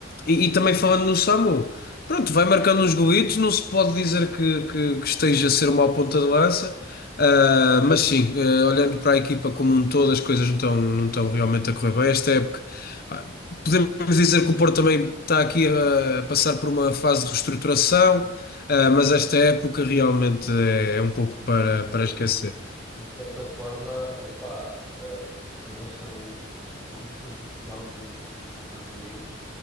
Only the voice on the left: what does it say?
e, e também falando no Samu, pronto, vai marcando uns golitos, não se pode dizer que, que, que esteja a ser uma ponta de lança. Ah, mas sim, ah, olhando para a equipa como um todo, as coisas não estão, não estão realmente a correr bem esta época. ah, podemos dizer que o Porto também está aqui ah, a passar por uma fase de reestruturação, ah, mas esta época realmente é, é um pouco para,
para
esquecer.